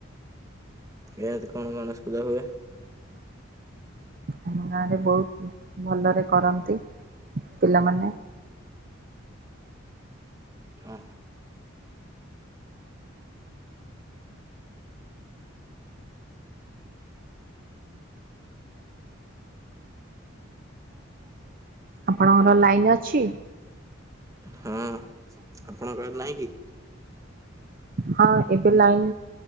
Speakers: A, on the right; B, on the right.
A: ଏ ହାତି କଣ ଗଣେଶ ପୂଜା ହୁଏ।
B: ଆମ ଗାଁରେ ବୋହୁତ ଭଲରେ କରନ୍ତି ପିଲାମାନେ।
A: ଓହୋ। <inaudible>
B: ଆପଣଙ୍କର ଲାଇନ୍ ଅଛି?
A: ହଁ ଆପଣଙ୍କ ର ନାହିଁ କି?
B: ହଁ ଏବେ ଲାଇନ୍